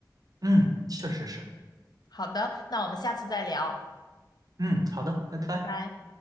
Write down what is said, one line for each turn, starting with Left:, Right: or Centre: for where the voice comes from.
Right: 嗯，确实是。
Left: 好的，那我们下次再聊，
Right: 嗯，好的，拜拜。
Left: 拜拜。